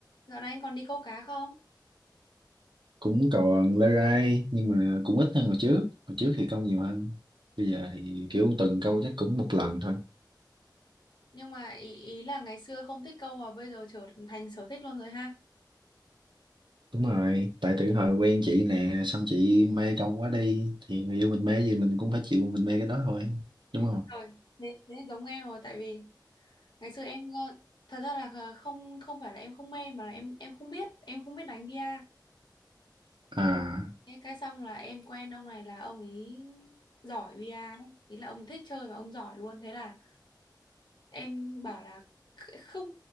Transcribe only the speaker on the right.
cũng còn lê rai nhưng mà cũng ít hơn hồi trước hồi trước thì câu nhiều hơn bây giờ thì kiểu tuần câu chắc cũng một lần thôi
đúng rồi tại từ hồi quen chị nè xong chị mê câu quá đi thì người yêu mình mê gì mình cũng phải chịu mình mê cái đó thôi đúng
không
à